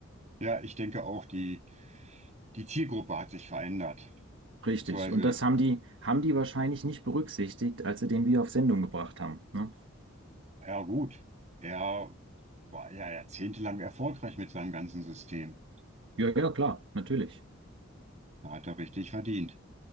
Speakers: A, on the right; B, on the right.
A: ja, ich denke auch, die, die Zielgruppe hat sich verändert. Beziehungsweise,
B: Richtig. Und das haben die, haben die wahrscheinlich nicht berücksichtigt, als sie den wieder auf Sendung gebracht haben. Ne?
A: ja gut, er war ja jahrzehntelang erfolgreich mit seinem ganzen System.
B: Ja, ja, klar, natürlich.
A: Da hat er richtig verdient.